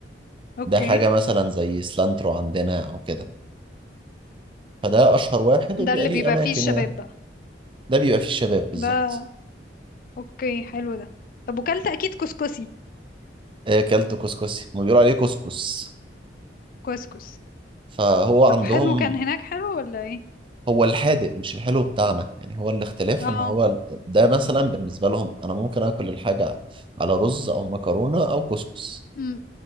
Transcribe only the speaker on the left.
اوكي
ده اللي
بيبقى
فيه الشباب
بقى
ده اوكي حلو ده طب وكلت اكيد كسكسي
كسكس
طب حلو كان هناك حلو ولا ايه
اه
امم